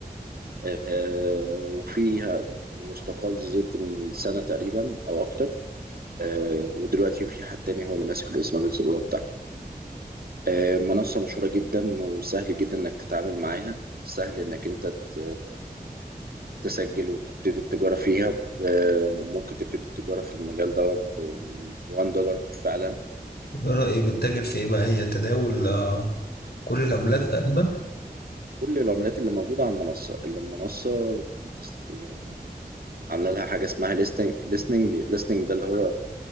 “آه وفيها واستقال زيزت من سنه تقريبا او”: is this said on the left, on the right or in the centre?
Right